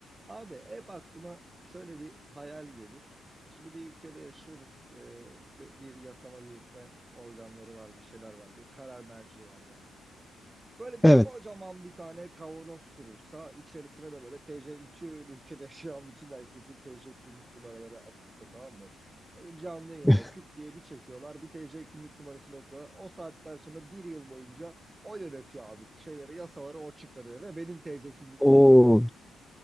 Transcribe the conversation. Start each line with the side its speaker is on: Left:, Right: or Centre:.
Right: Abi hep aklıma şöyle bir hayal gelir. Şimdi bir ülkede yaşıyoruz. Ee, bi- bir yasama yürütme organları var, bir şeyler var, bir karar merci var yani. Böyle bir
Centre: Evet.
Right: kocaman bir tane kavanoz kurulsa, içerisine de böyle TC, bütün ülkede yaşayan bütün herkesin TC kimlik numaraları atılsa tamam mı? Böyle canlı yayında
Centre: <laughs>
Right: küt diye bir çekiyorlar, bir TC kimlik numarasını okuyorlar. O saatten sonra bir yıl boyunca o yönetiyor abi. Şeyleri, yasaları o çıkarıyor ve benim TC kimlik
Centre: Oo,
Right: numaram.